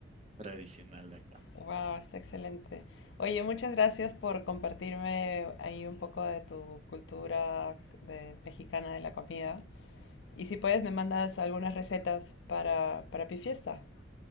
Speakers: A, on the right (about 35°); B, on the left (about 75°).
A: tradicional de acá.
B: Wow, está excelente. Oye, muchas gracias por compartirme ahí un poco de tu cultura de- mexicana de la comida. Y si puedes, me mandas algunas recetas para, para pi fiesta.